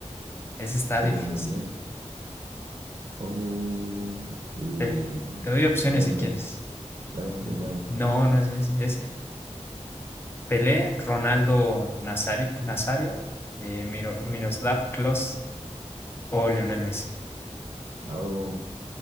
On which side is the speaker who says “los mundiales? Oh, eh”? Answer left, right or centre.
Right